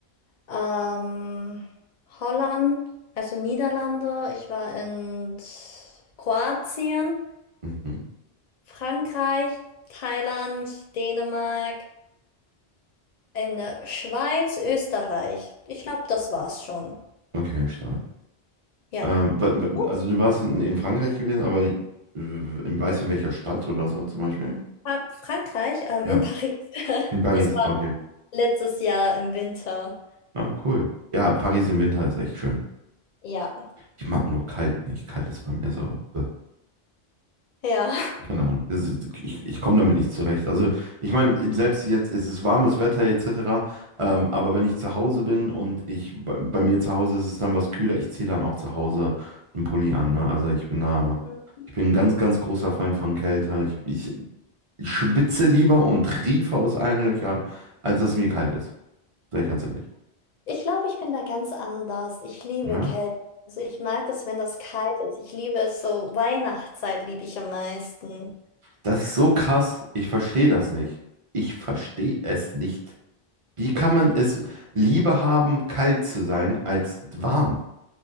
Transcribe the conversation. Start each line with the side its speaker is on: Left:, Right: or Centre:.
Left: ähm, Holland, also Niederlande. Ich war in Kroatien,
Right: Mhm.
Left: Frankreich, Thailand, Dänemark, in der Schweiz, Österreich. Ich glaube, das war's schon.
Right: Okay, stark.
Left: Ja.
Right: Ähm, wa- wa-
Left: Oh,
Right: also du warst in, in Frankreich gewesen, aber äh, weißt du, in welcher Stadt oder so zum Beispiel?
Left: Fra- Frankreich, ähm,
Right: Ja.
Left: in Paris. <laughs>
Right: In Paris,
Left: Das war
Right: okay.
Left: letztes Jahr im Winter.
Right: Ah, cool. Ja, Paris im Winter ist echt schön.
Left: Ja,
Right: Ich mag nur kalt nicht. Kalt ist bei mir so. äh,
Left: ja.
Right: Keine Ahnung. Das ist, ich ich komme damit nicht zurecht. Also, ich meine, selbst jetzt ist es warmes Wetter etc. Ähm, aber wenn ich zu Hause bin und ich bei, bei mir zu Hause ist es dann was kühler, ich ziehe dann auch zu Hause einen Pulli an. Ne? Also, ich bin da.
Left: <laughs>
Right: Ich bin ein ganz, ganz großer Feind von Kälte. Ich, ich, ich schwitze lieber und triefe aus allen Löchern, als dass es mir kalt ist. Sag ich ganz ehrlich.
Left: Ich glaube, ich bin da ganz anders. Ich liebe
Right: Ja?
Left: Kälte. Also ich mag es, wenn das kalt ist. Ich liebe es so. Weihnachtszeit liebe ich am meisten.
Right: Das ist so krass. Ich verstehe das nicht. Ich verstehe es nicht. Wie kann man es lieber haben, kalt zu sein, als warm?